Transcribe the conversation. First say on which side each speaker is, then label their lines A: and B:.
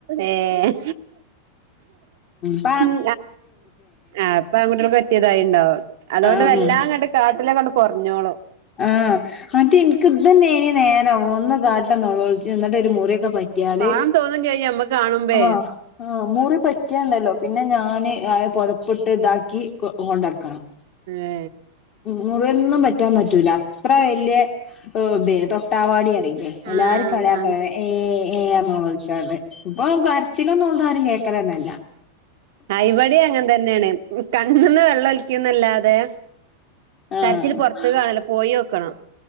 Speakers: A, on the right; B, on the left.
A: ഏഹ്
B: ആം
A: ഉം ആഹ് അപ്പൊ ആൺകുട്ട്യേൾക് പറ്റെതായിണ്ടാവും അതുകൊണ്ട്
B: ആഹ്
A: വല്ലാങ്ങട്ട് കാട്ടലെക്കെട് കുറഞ്ഞോളും
B: ആഹ് മറ്റേ എന്ക്ക്ഇതേന്നേന് നേരം ഒന്ന് കാട്ട നോലോളിച്ച് എന്നിട്ട് ഒരു മുറിയൊക്കെ പ റ്റ്യാല്
A: പാവം തോന്നും ചെയ്യും നമ്മക്ക് കാണുമ്പേ
B: അഹ് ആഹ് മുറി പറ്റിയാണ്ടല്ലോ പിന്നെ ഞാന് അ പൊതപ്പിട്ട് ഇതാക്കി കൊ കൊണ്ടടക്കണം
A: ഏഹ്
B: മുറിയൊന്നും പറ്റാൻ പ റ്റൂല അത്ര വലിയ എ തൊട്ടാവാടി അറി എല്ലാരും
A: ആഹ്
B: കളിയാകല ഏ ഏ നോലോളിചാണ്ട് ച്ചിലൊന്നും ഓൾതാരും കേൾക്കലെന്നെല്ലാ
A: ആഹ് ഇവടി അങ്ങൻ തന്നെയാണ് കണ്ണ്ന്ന് വെള്ള ഒലിക്കിന്നല്ലാതെ
B: ആഹ്
A: കരച്ചില് പോറത്ത് കാണൂല പോയൊക്കണം